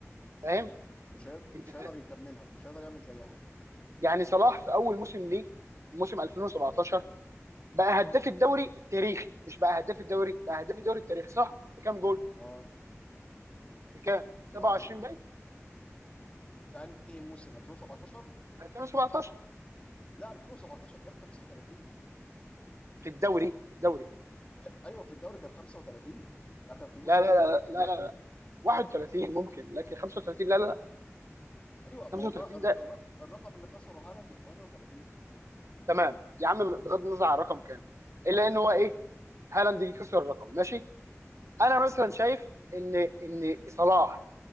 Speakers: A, on the right; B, on the left.
A: فاهم
B: مش هي...
A: انت
B: مش
A: فاهم
B: هيقدر يكملها مش هيقدر يعمل زيها
A: يعني صلاح في اول موسم ليه موسم 2017 بقى هداف
B: مم.
A: الدوري التاريخي مش بقى هداف الدوري بقى هداف الدوري التاريخي صح بكام جول
B: اه مم.
A: بكام 27
B: ما
A: باين
B: في انهي موسم 2017
A: 2017
B: لا 2017 جاب 35
A: في الدوري في الدوري
B: أي- ايوه في الدوري كان 35 ده كان في الموسم
A: لا لا لا
B: كله جا...
A: لا
B: جا-
A: لا 31 ممكن لكن 35 لا لا لا
B: ايوه
A: 35
B: ما هو ده الر- الر- الرقم اللي كسره هالاند ب 38
A: تمام يا عم بغض النظر عن الرقم كام الا ان هو ايه
B: اه
A: هالاند جه كسر الرقم ماشي انا
B: مم.
A: مثلا شايف ان ان صلاح